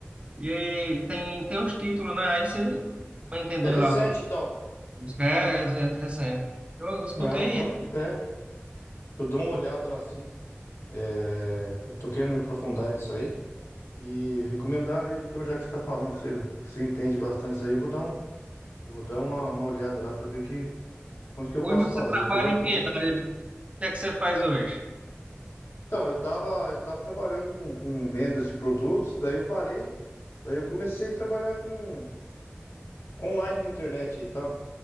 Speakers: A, on the right; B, on the left.
A: e aí tem, tem os títulos, né? Aí você vai entender
B: É recente,
A: lá o
B: então.
A: que é é recente. Eu escutei.
B: Ah, então,
A: é.
B: é. Eu dou uma olhada lá, sim. É, eu tô querendo me aprofundar nisso aí. E recomendaram ele, então, já que você tá falando que você, que você entende bastante isso aí, eu vou dar um, eu vou dar uma, uma olhada lá para ver que, onde que eu
A: Hoje
B: posso
A: você
B: fazer.
A: trabalha
B: Que agora
A: em
B: também.
A: quê? Na área de- O que é que você faz hoje?
B: Então, eu tava, eu tava trabalhando com, com vendas de produtos, daí eu parei, daí eu comecei a trabalhar com. online na internet e tal,